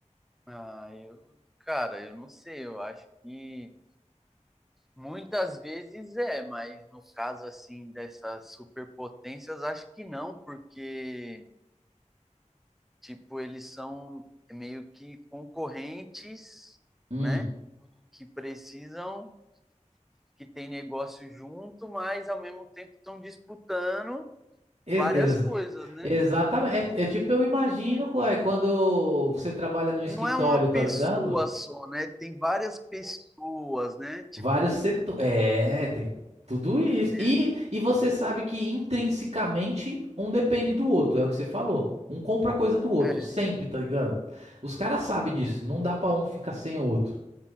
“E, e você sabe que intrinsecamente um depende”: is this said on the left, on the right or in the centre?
Right